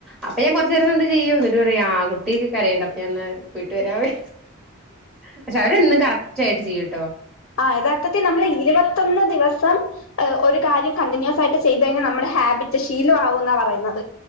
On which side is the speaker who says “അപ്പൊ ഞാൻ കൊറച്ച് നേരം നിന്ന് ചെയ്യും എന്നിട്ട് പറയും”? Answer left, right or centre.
Centre